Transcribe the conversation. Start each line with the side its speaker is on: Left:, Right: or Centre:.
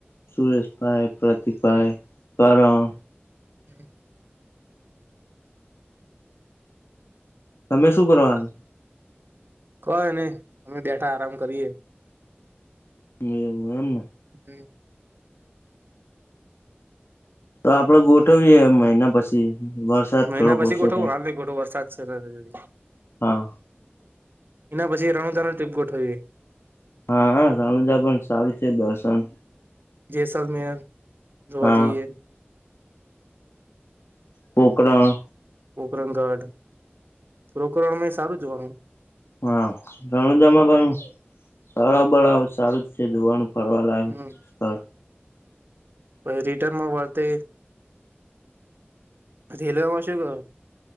Left: સુરેશભાઈ, પ્રતીકભાઈ, કરણ.
Right: <unintelligible>
Left: તમે શું કરવાનું
Right: કઈ નહી અમે બેઠા આરામ કરીએ
Left: હમ્મ અમના
Right: હ.
Left: તો આપડે ગોઠવીએ મહિના પછી. વરસાદ
Right: મહિના
Left: થોડોક
Right: પછી
Left: ઓછો
Right: ગોઠવ
Left: થાય
Right: હાલ ગોઠવો વરસાદ છે.
Left: હા.
Right: એના પછી રણુજા ટ્રીપ ગોઠવીએ
Left: હા હા રાણુજા પણ સારું છે દર્શન
Right: જેસલમેર જોવા
Left: હા
Right: જઈએ
Left: પોકરણ
Right: પોોકરગઢ પોકરણમાં એ સારું જોવાનું
Left: હા રણોજામાં પણ તળાવ બળાવ સારું જ છે જોવાનુ ફરવા લાયક
Right: હમ
Left: સ્થળ
Right: પછી રિટર્નમાં વળતે રેલવે માં શું કરો?